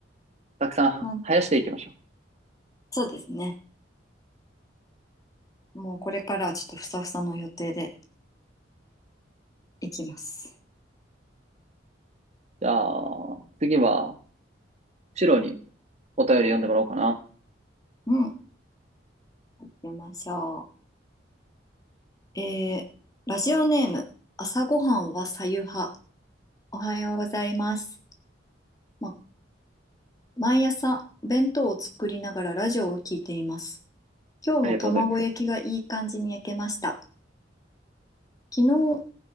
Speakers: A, on the right; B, on the left.
A: たくさんは生やしていきましょう。
B: まあ、そうですね。もうこれからはちょっとふさふさの予定でいきます。
A: じゃあ、次は、シロにお便り読んでもらおうかな。
B: うん、行きましょう。えー、ラジオネーム、朝ごはんはさゆは。おはようございます。ま、毎朝弁当を作りながらラジオを聞いています。今日も卵焼きがいい感じに焼けました。
A: ありがとうございます。
B: 昨日、